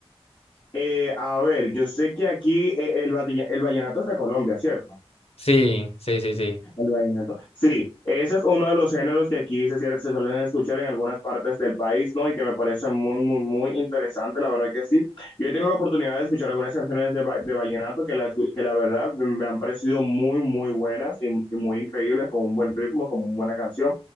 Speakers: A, on the left; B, on the left.
A: Eh, a ver, yo sé que aquí eh, el, el vallenato es de Colombia, ¿cierto?
B: Sí, sí, sí, sí.
A: El vallenato. Sí, ese es uno de los géneros que aquí se, cier- se suelen escuchar en algunas partes del país, ¿no? Y que me parece muy, muy, muy interesante, la verdad que sí. Yo he tenido la oportunidad de escuchar algunas canciones de, va- de vallenato que la, que la verdad me han parecido muy, muy buenas y, y muy increíbles, con un buen ritmo, con una buena canción.